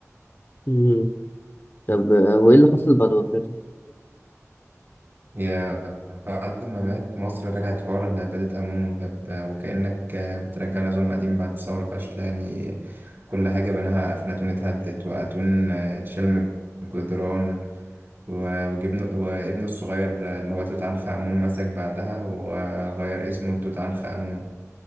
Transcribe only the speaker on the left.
مم. طب آه، وإيه اللي حصل بعد وفاته؟